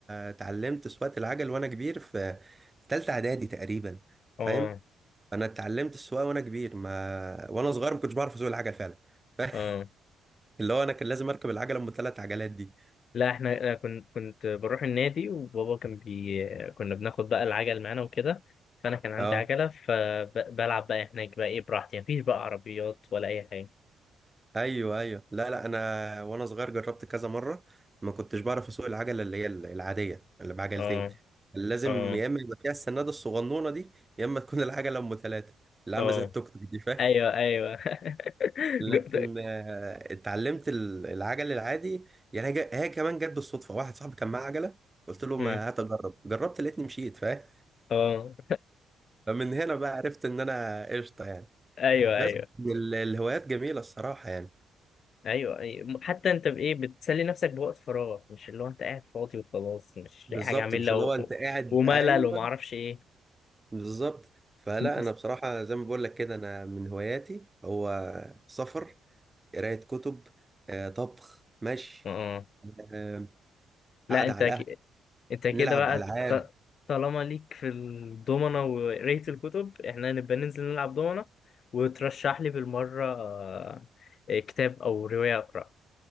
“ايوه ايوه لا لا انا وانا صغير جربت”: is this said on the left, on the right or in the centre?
Right